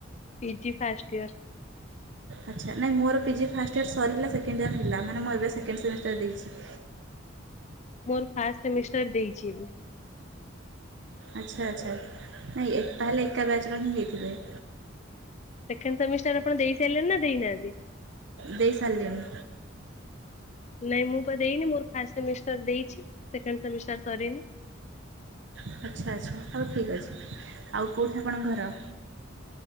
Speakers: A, on the left; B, on the right.
A: ପିଜି ଫାଷ୍ଟ ଇୟର।
B: ଆଚ୍ଛା ନାଇଁ ମୋରି ପିଜି ଫାଷ୍ଟ ଇୟ ସରିଲା ସେକଣ୍ଡ ଇୟର ହେଲା ମାନେ ମୁଁ ଏବେ ସେକେଣ୍ଡ ସେମିଷ୍ଟାର ଦେଇଛି।
A: ମୋର ଫାଷ୍ଟ ସେମିଷ୍ଟର ଦେଇଚି ଏବେ।
B: ଆଚ୍ଛା ଆଚ୍ଛା ନାଇଁ ତାହେଲେ ଏକା ବ୍ୟାଚ୍ ର ହିଁ ହେଇଥିବେ।
A: ସେକେଣ୍ଡ ସେମିଷ୍ଟାର ଆପଣ ଦେଇ ସାରିଲେ ନା ଦେଇନାହାନ୍ତି?
B: ଦେଇ ସାରିଲିଣି।
A: ନାଇଁ ମୁଁ ବା ଦେଇନି ମୋର ଫାଷ୍ଟ ସେମିଷ୍ଟର ଦେଇଚି ସେକେଣ୍ଡ ସେମିଷ୍ଟାର ସରିନି।
B: ଆଚ୍ଛା ଆଚ୍ଛା ହେଉ ଠିକ୍ ଅଛି ଆଉ କେଉଁଠି ଆପଣ ଘର?